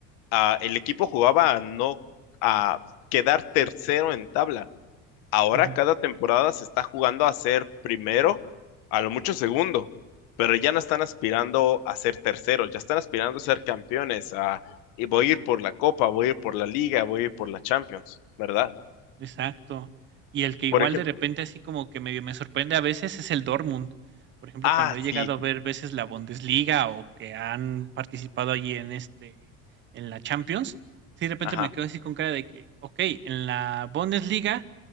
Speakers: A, on the left; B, on the right.
A: a- el equipo jugaba a no a quedar tercero en tabla. Ahora
B: ujú.
A: cada temporada se está jugando a ser primero, a lo mucho segundo, pero ya no están aspirando a ser terceros, ya están aspirando a ser campeones, a y voy a ir por la Copa, voy a ir por la Liga, voy a ir por la Champions, ¿verdad?
B: Exacto. Y el que igual
A: Por ejemplo,
B: de repente así como que medio me sorprende a veces es el Dortmund. Por ejemplo,
A: ah,
B: cuando he
A: sí,
B: llegado a ver veces la Bundesliga o que han participado allí en este, en la Champions, sí de repente
A: ajá,
B: me quedo así con cara de que, ok, en la Bundesliga,